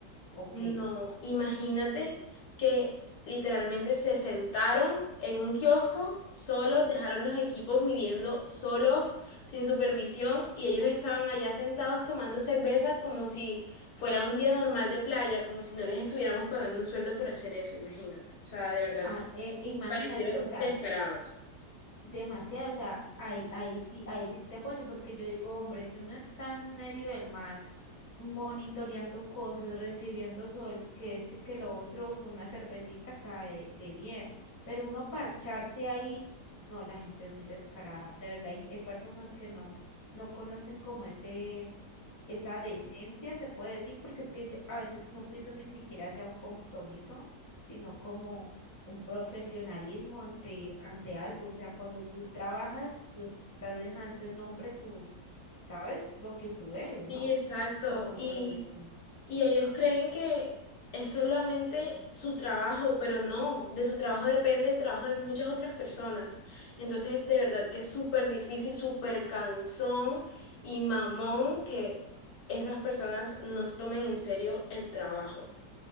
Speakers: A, on the left; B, on the left.
A: Ok.
B: No, imagínate que literalmente se sentaron en un kiosco solos, dejaron los equipos midiendo solos, sin supervisión, y ellos estaban allá sentados tomando cerveza como si fuera un día normal de playa, como si no les estuviéramos pagando un sueldo por hacer eso, imagínate. O sea, de verdad,
A: Ah, eh imagínate,
B: me parecieron
A: o sea,
B: descarados.
A: demasiado, o sea, ahí, ahí sí, ahí sí te apoyo, porque yo digo, hombre, si uno está en medio del mar, monitoreando cosas, recibiendo sol, que esto y que lo otro, fue una cervecita cae de, de bien, pero uno parcharse ahí, no, la gente es muy descarada, de verdad, hay, hay personas que no, no conocen como ese esa decencia, se puede decir, porque es que yo a veces no pienso que ni siquiera sea un compromiso, sino como un profesionalismo ante, ante algo. O sea, cuando tú trabajas, tú estás dejando en nombre tú, ¿sabes? Lo que tú eres, ¿no?
B: Sí, exacto.
A: ¿O cómo
B: Y,
A: lo ves tú?
B: y ellos creen que es solamente su trabajo, pero no, de su trabajo depende el trabajo de muchas otras personas. Entonces, de verdad que es súper difícil, súper cansón y mamón que esas personas no se tomen en serio el trabajo.